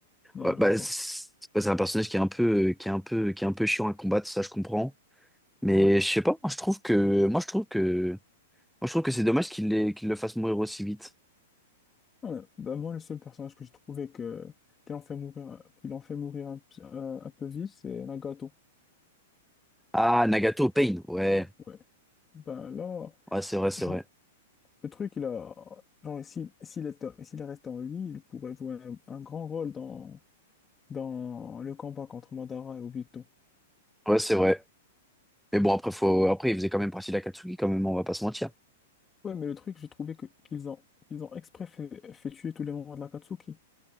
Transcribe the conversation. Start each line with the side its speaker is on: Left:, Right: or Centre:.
Left: Non,
Centre: Ouais,
Left: j'aime
Centre: bah,
Left: pas.
Centre: c'est bah, c'est un personnage qui est un peu, qui est un peu, qui est un peu chiant à combattre, ça je comprends. Mais
Left: Ouais.
Centre: je sais pas, moi je trouve que, moi je trouve que, moi je trouve que c'est dommage qu'il l'ait- qu'il le fasse mourir aussi vite.
Left: Ouais. Bah, moi, le seul personnage que j'ai trouvé que, qu'il en fait mourir, qu'il en fait mourir un, p- euh, un peu vite, c'est Nagato.
Centre: Ah, Nagato, Pain, ouais,
Left: Ouais. Ouais. Bah, là,
Centre: ouais, c'est vrai, c'est
Left: genre,
Centre: vrai,
Left: le truc, il a. Genre, s'il s'il était, s'il est resté en vie, il pourrait jouer un, un grand rôle dans, dans le combat contre Madara et Obito.
Centre: ouais, c'est vrai. Mais bon, après, faut, après, il faisait quand même partie de Katsuki quand même, on va pas se mentir.
Left: Ouais, mais le truc, j'ai trouvé que, qu'ils ont, qu'ils ont exprès fait, fait tuer tous les membres de l'Akatsuki.